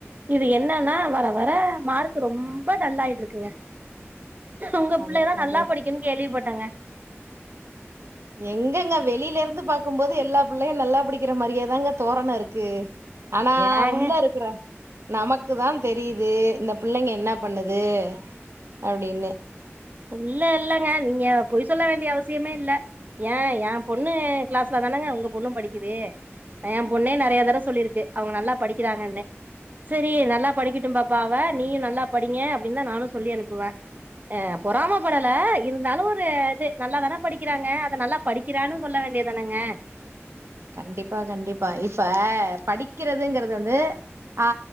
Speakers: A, on the right; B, on the right.
A: இது என்னன்னா வர வர மார் க் ரொம்ப டல்லாயிட்டிருக்குங்க உங்க
B: அதேதா
A: பிள்ளதா நல்லா
B: அதேதா
A: படிக்கன்னு கேள்விப்பட்டங்க
B: எங்கங்க வெளில இருந்து பாக்கும்போது எல்லா பிள்ளையு நல்லா படிக்கிற மாரியேதாங்க தோரணருக்கு ஆனா
A: ஏங்க
B: உள்ள இருக்ற நமக்கு தா தெரியுது இந்த புள்ளைங்க என்ன பண்ணுது அப்டின்னு
A: இல்ல இல்லங்க நீங்க பொய் சொல்ல வேண்டிய அவசியமே இல்ல ஏ ஏ பொண்ணு கிளாஸ்ல தானாங்க உங்க பொண்ணு படிக்குது ஏ பொண்ணே நெறைய தட சொல்லிருக்கு அவங்க நல்லா படிக்கிறாங்கனு சரி நல்லா படிக்கட்டு பாப்பா அவ நீயும் நல்லா படிங்க அப்டின்னு தா நானு சொல்லி அனுப்புவே ஆ பொறம படல இருந்தாலு ஒரு இது நல்லாதானே படிக்கிறாங்க அத நல்லா படிக்கிறான்னு சொல்ல வேண்டியதானங்க
B: கண்டிப்பா கண்டிப்பா இப்ப படிக்கிறதுங்கறது வந்து ஆ